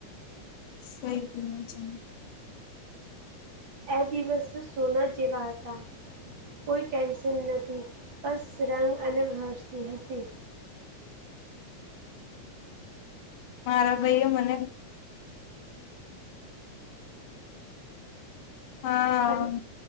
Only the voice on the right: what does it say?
એ દિવસ સોના જેવા હતા કોઈ ટેન્શન નથી બસ રંગ અને હર્ષથી હસી
અન-